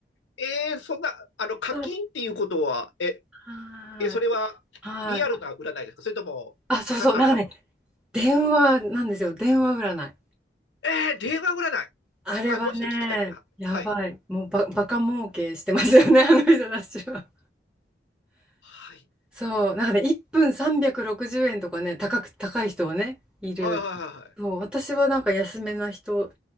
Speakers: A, on the left; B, in the centre.
A: えー、そんな、あの、課金っていうことは、
B: そう
A: え、
B: は
A: え、それはリアルな占いですかそれとも、
B: ーい、はーい。あ、そうそう、
A: さ、あの、
B: なんかね、電話なんですよ、電話占い。
A: えー、電話占い。
B: あれはね、
A: はい、もうちょっと聞きたいです。は、
B: やばい、
A: はい。
B: もうバ、バカ儲けしてますよね、あの人たちは。
A: はい。
B: そう、なんかね、1分360円とかね、高く、高い人はね、いる。
A: はいはいはいは
B: そう、私はなんか安めな人